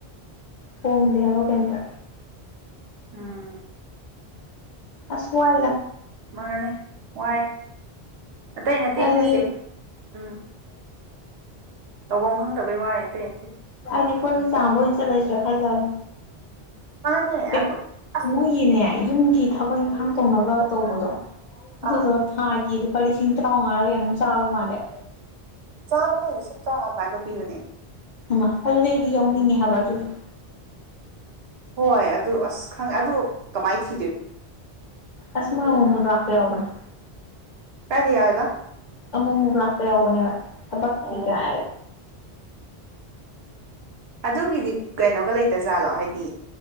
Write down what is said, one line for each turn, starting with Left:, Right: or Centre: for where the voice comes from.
Left: ꯍꯣꯡꯗꯦ ꯍꯥꯏꯕ ꯀꯩꯗ
Right: ꯑꯝ
Left: ꯑꯁ ꯋꯥꯏꯗ
Right: ꯃꯥꯅꯦ ꯋꯥꯏ ꯑꯇꯩ ꯅꯠꯇꯦ
Left: ꯑꯩꯗꯤ
Right: ꯈꯟꯂꯤꯁꯦ ꯎꯝ ꯇꯧꯕ ꯈꯪꯗꯕꯩ ꯋꯥꯏꯅꯦ ꯑꯇꯩ ꯅꯠꯇꯦ
Left: ꯑꯩꯗꯤ ꯄꯨꯟꯅ ꯆꯥꯕ ꯑꯣꯏꯅ ꯆꯠꯂꯁꯤꯔꯥ ꯈꯥꯟꯂꯤꯅꯦ
Right: ꯃꯥꯅꯦ
Left: ꯑꯦ
Right: ꯑꯗꯨ ꯑꯁ
Left: ꯃꯣꯏꯒꯤꯅꯦ ꯌꯨꯝꯒꯤ ꯊꯕꯛ ꯏꯪꯈꯥꯡ ꯇꯧꯅꯕ ꯇꯧꯕꯗꯣ ꯑꯗꯨꯗꯣ
Right: ꯑꯥ
Left: ꯊꯥꯒꯤ ꯂꯨꯄꯥ ꯂꯤꯁꯤꯡ ꯇꯔꯥꯉꯥꯡꯔ ꯀꯌꯥꯅꯣ ꯆꯥꯕ ꯃꯥꯟꯂꯦ
Right: ꯆꯥꯕꯅꯦ ꯂꯤꯁꯤꯡ ꯇꯔꯥꯉꯥꯡ ꯑꯗꯨꯃꯥꯏꯅ ꯄꯤꯕꯅꯦ
Left: ꯍꯩꯃꯥ ꯑꯗꯨꯗꯤ ꯑꯩꯗꯤ ꯌꯥꯎꯅꯤꯡꯉꯦ ꯍꯥꯏꯕ ꯑꯗꯨꯗꯣ
Right: ꯍꯣꯏ ꯑꯗꯨ ꯑꯁ ꯈꯪꯉꯦ ꯑꯗꯨ ꯀꯃꯥꯏꯅ ꯊꯤ
Left: ꯑꯁ ꯃꯥ ꯑꯃꯨꯛ ꯑꯃꯨꯛ ꯂꯥꯛꯄ ꯌꯥꯎꯕꯅꯦ
Right: ꯌꯥꯏꯑꯕ
Left: ꯑꯃꯨꯛ ꯑꯃꯨꯛ ꯂꯥꯛꯄ ꯌꯥꯎꯕꯅꯦꯕ ꯊꯕꯛꯀꯤ
Right: ꯑꯣ
Left: ꯀꯥꯏ
Right: ꯑꯗꯨꯒꯤꯗꯤ ꯀꯩꯅꯣꯒ ꯂꯩꯇ ꯖꯥꯠꯂꯣ ꯍꯥꯏꯗꯤ